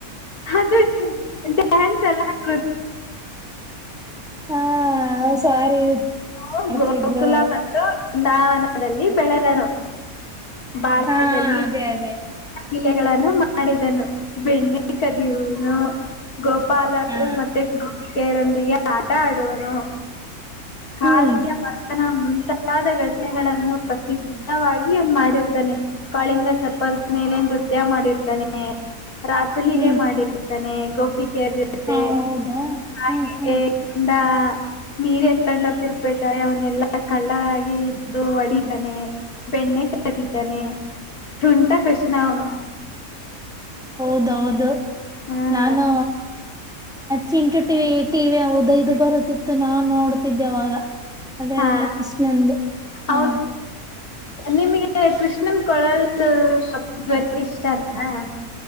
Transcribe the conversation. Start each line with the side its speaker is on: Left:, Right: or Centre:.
Left: ಅದು ಹಂಡಸಲ ಆಗ್
Centre: ಹಾ ಸಾರಿ <inaudible>
Left: ಹ
Centre: ಮಾಡ್ತಿದ್ರು
Left: ಗೋಕುಲ ಮತ್ತು ವೃಂದಾವನದಲ್ಲಿ ಬೆಳೆದಣ ಬಾಲ್ಯದಲ್ಲಿ
Centre: ಹಾ ಅದೇ ಅದೇ
Left: ಇಲೆಗಳನ್ನು ಮಾಡಿದನು ಬೆಣ್ಣೆ ಕದಿಯೂನು ಗೋಪಾಲರು
Centre: ಹಾ
Left: ಮತ್ತೆ ಗೋಪಿಕೆಯರೊಂದಿಗೆ ಆಟ ಆಡುವನು <inaudible> ಕಾಳಿಯ
Centre: ಹ್ಮ್
Left: ಮರ್ತನ ಮುಂತಾದ ಘಟನೆಗಳನ್ನು ಪ್ರಸಿದ್ಧವಾಗಿ ಒ ಮಾಡಿ <inaudible> ಇರ್ತಾನೆ ಕಾಳಿಂಗ ಸರ್ಪದ ಮೇಲೆ ನೃತ್ಯ ಮಾಡಿರ್ತಾನೆ <inaudible> ರಾಸಲೀಲೆ
Centre: ಹ
Left: ಮಾಡಿರ್ತಾನೆ ಗೋಪಿ <unintelligible>
Centre: ಹೌದಾ ಹ್ಮ್ ಹ್ಮ್
Left: ನೀರ್ ಎತ್ಕೊಂಡಂತ ಇರ್ಬೇಕ ಅವನ್ನೆಲ್ಲಾ ಕಳ್ಳನಾಗಿ ಇದ್ದು ಹೊಡಿತಾನೆ ಬೆಣ್ಣೆ ಕದಿತಾನೆ ತುಂಟಾ ಕೃಷ್ಣ ಅವನು
Centre: ಹೌದೌದು
Left: ಹ್ಮ್
Centre: ನಾನು ಚಿಂಟು ಟಿವಿ ಟಿ ಹೌದದು ಬರುತ್ತಿತ್ತು ನಾ ನೋಡ್ತಿದ್ದೆ ಅವಾಗ ಅದ್ರಲ್ಲೆಲ್ಲ
Left: ಹಾ
Centre: ಕೃಷ್ಣಂದು ಹಾ
Left: ಅವನು ನಿಮ್ಗೆ ಕೃಷ್ಣನ್ ಕೊಳಲ್ ಶಬ್ದಧ್ವನಿ ಇಷ್ಟನಾ